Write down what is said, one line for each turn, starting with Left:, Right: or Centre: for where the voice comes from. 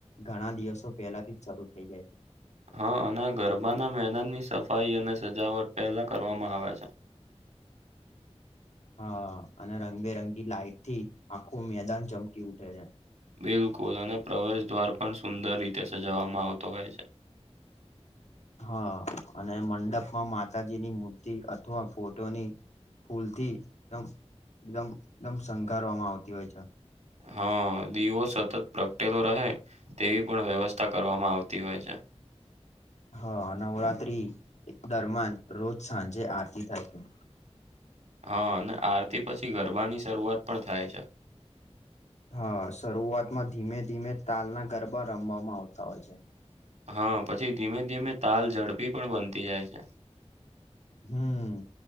Left: ઘણા દિવસો પહેલા થી જ સરૂ થઇ જાય છે.
Right: હ અને ગરબાના મેદાનની સફાઈ અને સજાવટ પહેલા કરવામાં આવે છે.
Left: હ અને રંગબેરંગી લાઈટ થી આખું મેદાન ચમકી ઉઠે છે.
Right: બિલકુલ અને પ્રવેશ દ્વાર પણ સુંદર રીતે સજાવવામાં આવતો હોય છે.
Left: હ અને મંડપમાં માતાજીની મૂર્તિ અથવા ફોટોની ફૂલ થી એદમ દમ દમ સંકારવામાં આવતી હોય છે.
Right: હા દીવો સતત પ્રગટેલો રહે તેવી પણ વ્યવસ્થા કરવામાં આવતી હોય છે.
Left: હ નવરાત્રી દરમિયાન રોજ સાંજે આરતી થાય છે.
Right: હા અને આરતી પછી ગરબાની શરૂઆત પણ થાય છે.
Left: હા શરૂઆતમાં ધીમે ધીમે તાલના ગરબા રમવામાં આવતા હોય છે.
Right: હા પછી ધીમે ધીમે તાલ ઝડપી પણ બનતી જાય છે.
Left: હમ્મ